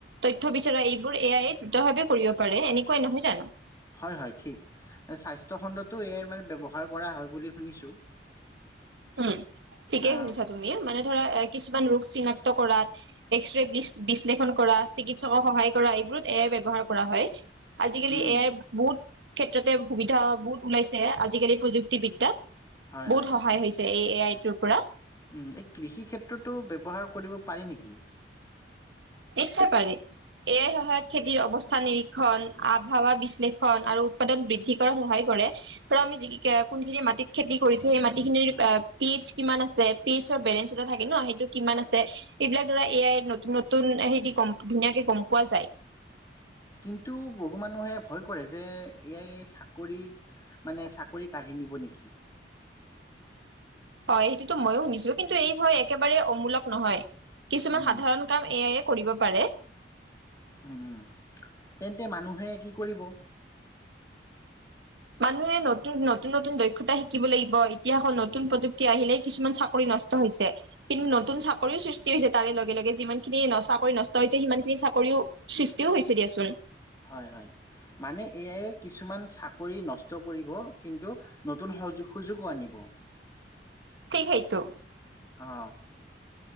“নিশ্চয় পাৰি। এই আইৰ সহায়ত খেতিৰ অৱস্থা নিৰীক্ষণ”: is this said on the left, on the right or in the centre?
Right